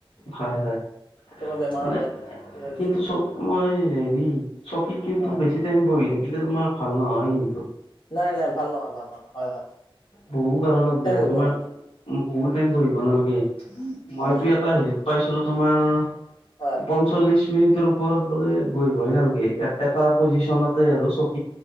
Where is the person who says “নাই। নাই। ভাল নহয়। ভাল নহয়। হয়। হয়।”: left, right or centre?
Left